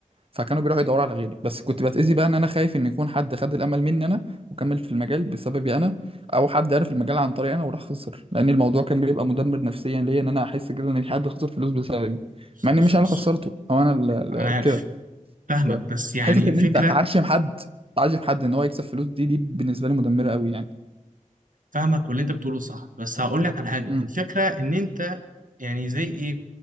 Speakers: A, on the right; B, on the right.
A: فكانوا بيروحوا يدوروا على غيري بس كنت بتأذي بقى ان انا خايف ان يكون حد خد الامل مني انا وكمل في المجال بسببي انا او حد عرف المجال عن طريقي انا وراح خسر لان الموضوع كان بيبقى مدمر نفسيا ليا ان انا احس كده ان في حد خسر فلوس بسببي
B: بص
A: مع اني
B: بص
A: مش انا
B: بص
A: اللي خسرته او انا اللي
B: انا عارف
A: كده بس
B: فاهمك بس يعني
A: حتة
B: الفكرة
A: ان انت هتعشم حد تعشم حد ان هو يكسب فلوس دي دي بالنسبة لي مدمرة قوي يعني
B: فاهمك واللي انت بتقوله صح بس هقول لك على حاجة
A: امم
B: الفكرة ان انت يعني زي ايه